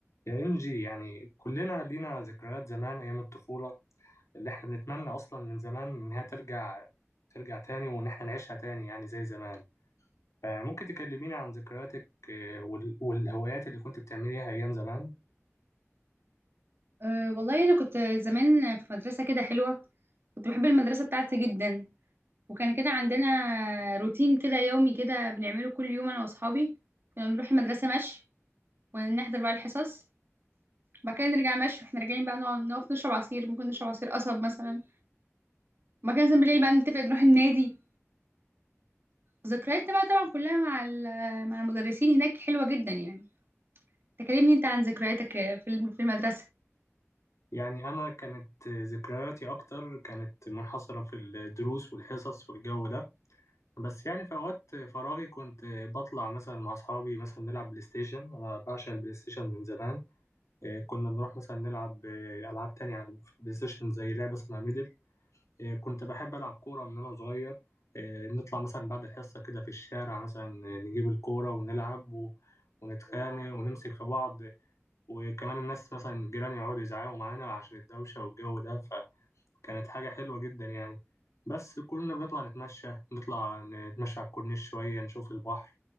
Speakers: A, on the left; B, on the right.
A: يا إنجي يعني كلنا لينا ذكريات زمان أيام الطفولة اللي إحنا بنتمنى أصلا من زمان إنها ترجع ترجع تاني وإن إحنا نعيشها تاني يعني زي زمان فممكن تكلميني عن ذكرياتك آه، وال- والهوايات اللي كنت بتعمليها أيام زمان
B: أه والله أنا كنت زمان في مدرسة كده حلوة كنت بحب المدرسة بتاعتي جدا وكان كده عندنا روتين كده يومي كده بنعمله كل يوم أنا وأصحابي كنا بنروح المدرسة مشي ونحضر بقى الحصص بعد كده نرجع مشي واحنا راجعين بقى نقعد نقف نشرب عصير ممكن نشرب عصير قصب مثلا وبعد كده مثلا بالليل بقى نتفق نروح النادي ذكرياتنا بقى طبعا كلها مع ال- مع المدرسين هناك حلوة جدا يعني تكلمني انت عن ذكرياتك في الم- في المدرسة
A: يعني أنا كانت آه، ذكرياتي أكتر كانت منحصرة في الدروس والحصص والجو ده بس يعني في أوقات فراغي كنت آه، بطلع مثلا مع أصحابي مثلا نلعب بلاي ستيشن أنا بعشق البلاي ستيشن من زمان آه، كنا نروح مثلا نلعب آه، ألعاب تانية على البلاي ستيشن زي لعبة اسمها ميدل آه، كنت بحب ألعب كورة من وأنا صغير آه، نطلع مثلا بعد الحصة كده في الشارع مثلا آه، نجيب الكورة ونلعب و- ونتخانق ونمسك في بعض وكمان الناس مثلا الجيران يقعدوا يزعقوا معانا عشان الدوشة والجو ده فكانت حاجة حلوة جدا يعني بس كنا بنطلع نتمشى نطلع نتمشى على الكورنيش شوية نشوف البحر